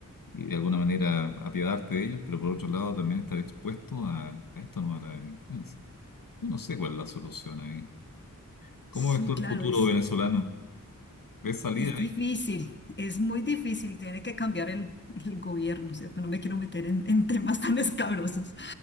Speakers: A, on the left; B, on the left.
A: y de alguna manera apiadarte de ellos, pero por otro lado también estar expuesto a, a esto, ¿no? A la delincuencia. Yo no sé cuál es la solución ahí. ¿Cómo
B: Sí,
A: ves tú
B: claro,
A: el futuro
B: es,
A: venezolano? ¿Ves salida
B: es difícil,
A: ahí?
B: es muy difícil, tiene que cambiar el, el gobierno, ¿cierto? No me quiero meter en en temas tan <laughs> escabrosos.